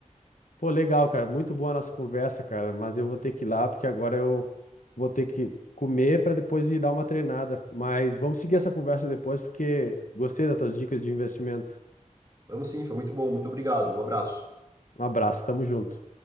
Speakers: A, on the left; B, on the right.
A: Pô, legal, cara. Muito boa a nossa conversa, cara. Mas eu vou ter que ir lá, porque agora eu vou ter que comer para depois ir dar uma treinada. Mas vamos seguir essa conversa depois, porque gostei das tuas dicas de investimento.
B: Vamos sim, foi muito bom, muito obrigado. Um abraço.
A: Um abraço, tamo junto.